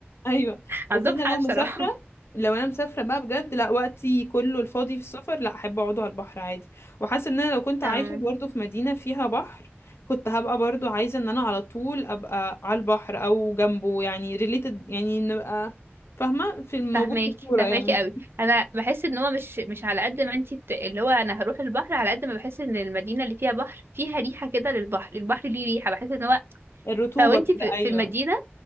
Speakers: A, on the left; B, on the right.
A: ايوه
B: <laughs> عندهم
A: بس انا
B: حق
A: لو
B: بصراحة
A: مسافره لو انا مسافره بقى بجد لا وقتي كله الفاضي في السفر لا احب اقعده على البحر عادي وحاسه ان انا لو كنت
B: اه
A: عايشه برضه في مدينه فيها بحر كنت هبقى برضه عايزه ان انا على طول ابقى على البحر او جنبه يعني ريليتد يعني نبقى فاهمه في الموجود
B: فهماكي
A: في الكوره
B: فهماكي
A: يعني
B: قوي انا بحس ان هو مش مش على قد ما انتي بت... اللي هو انا هروح البحر على قد ما بحس ان المدينه اللي فيها بحر فيها ريحه كده للبحر البحر ليه ريحه بحس ان هو
A: الرطوبه
B: لو انتي
A: كده
B: في...
A: ايوه
B: في المدينه